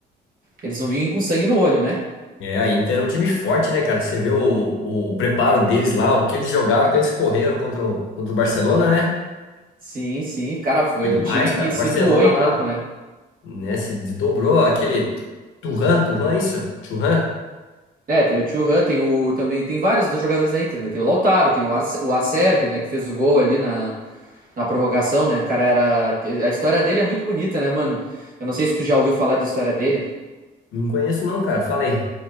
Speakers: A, on the right; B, on the left.
A: Eles vão vir com sangue no olho, né?
B: É, a Inter é um time forte, né, cara? Você vê o, o preparo deles lá, o que eles jogaram, o que eles correram contra o, contra o Barcelona, né?
A: Sim, sim, cara, foi
B: Foi demais,
A: um time que
B: cara. O
A: se
B: Barcelona
A: doou em
B: lá
A: campo, né?
B: né? Se dobrou aquele Turhan, Turhan, isso? Turhan?
A: É, tem o Thuram, tem o também tem vários dos jogadores da Inter, né? Tem o Lautaro, tem o, Arce, o Acerbi, né, que fez o gol ali na na prorrogação, né? O cara era. A história dele é muito bonita, né, mano? Eu não sei se tu já ouviu falar da história dele.
B: Não conheço não, cara. Falei.